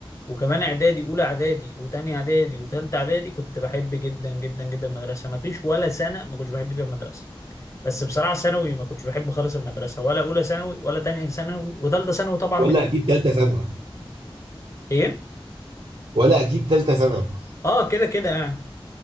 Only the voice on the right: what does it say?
ولا
اجيب ثالثه ثانوي
ولا اجيب ثالثه ثانوي